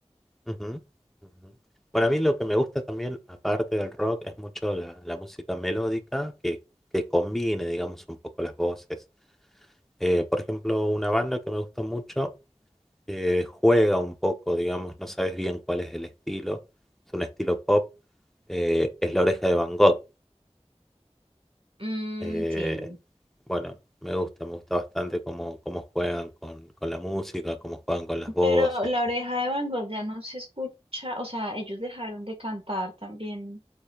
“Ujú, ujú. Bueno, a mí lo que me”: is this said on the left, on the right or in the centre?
Centre